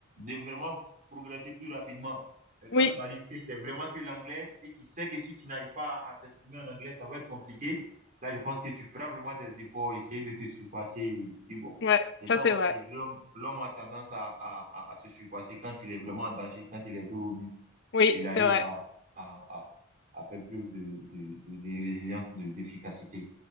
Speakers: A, on the right; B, on the left.
A: de, de vraiment progresser plus rapidement. Mais quand
B: Oui,
A: tu arrives que c'est vraiment que l'anglais et qui sait que si tu n'arrives pas à t'exprimer en anglais, ça va être compliqué Là, je pense que tu feras vraiment des efforts, essayer de te surpasser. Et puis bon,
B: ouais,
A: c'est ça
B: ça c'est
A: aussi.
B: vrai.
A: L'homme, l'homme a tendance à, à, à, à se surpasser quand il est vraiment en danger, quand il est dos au mur.
B: Oui,
A: Il arrive
B: c'est vrai.
A: à, à, à, à faire preuve de, de, de, de résilience, de, d'efficacité.